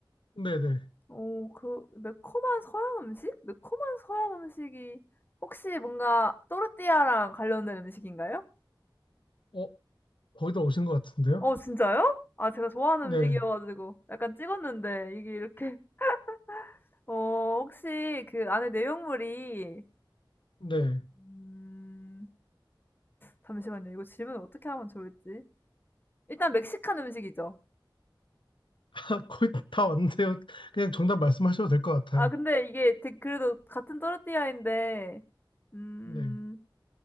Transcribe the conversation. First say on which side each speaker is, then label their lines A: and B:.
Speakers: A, on the left; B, on the left.
A: 네네.
B: 오 그 매콤한 서양 음식? 매콤한 서양 음식이 혹시 뭔가 또르띠아랑 관련된 음식인가요?
A: 어, 거기다 오신 것 같은데요?
B: 어 진짜요? 아 제가 좋아하는
A: 네.
B: 음식이어 가지고 약간 찍었는데 이게 이렇게 <laughs> 어 혹시 그 안에 내용물이
A: 네.
B: 음 잠시만요. 이거 질문을 어떻게 하면 좋을지. 일단 멕시칸 음식이죠.
A: <laughs> 거의 다 왔는데요. 그냥 정답 말씀하셔도 될 것 같아요.
B: 아 근데 이게 되 그래도 같은 또르띠아인데 음
A: 네.